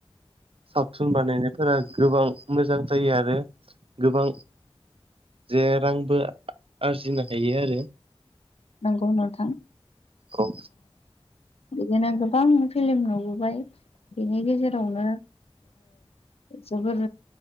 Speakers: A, on the right; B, on the left.
A: सावथुन बानायनायफोरा गोबां मोजां जायो आरो गोबां जे रांबो आरजिनो हायो आरो
B: नंगौ नावथां।
A: औ!
B: बिदिनो गोबां फिलम नुबोबाय बिनि गेजेरावनो जोबोर